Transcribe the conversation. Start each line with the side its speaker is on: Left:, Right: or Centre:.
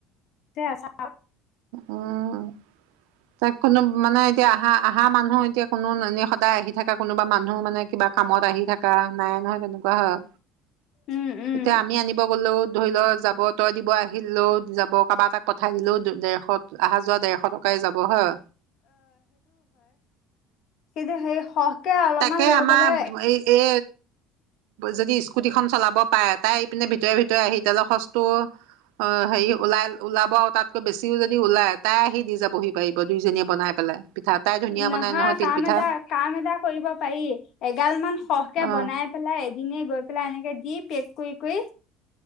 Left: তে আছা
Right: উম ত একো ন মানে এতিয়া অঁহা আহা মানুহ এতিয়া কোনো এনে সদায় আহি থকা কোনোবা মানুহ মানে কিবা কামত আহি থকা নাই নহয় তেনেকুৱা হয়
Left: উম উম
Right: এতিয়া আমি আনিব গলো ধৰি লও যাব তই দিব আহিলো যাব কাৰোবাক এটা তাক পঠাই দিলো দে অহা যোৱা দেৰশ টকাই যাব হয়
Left: সেই যে সেই অলপমান
Right: তাকে
Left: লৈ
Right: আমাৰ
Left: গ'লে
Right: এই এ যদি স্কুটিখন চলাব পায়ে, তাই ইপিনে ভিতৰৰে ভিতৰে আহি তেলৰ খৰচ টো অঁ'- হেৰি, ওলাই ওলাব তাতকৈ বেছিও যদি ওলাই তাই আহি দিয যাবহি পাৰিব, দুইজনীয়ে বনাই পেলাই পিঠা। তাই ধুনীয়া
Left: নহা
Right: বনাই নহয় তিল
Left: কাম
Right: পিঠা
Left: এটা কাম এটা কৰিব পাৰি এগাল মান সৰহকৈ
Right: অ
Left: বনাই পেলাই এ এদিনে গৈ পেলাই এনেকৈ দি পেক কই কই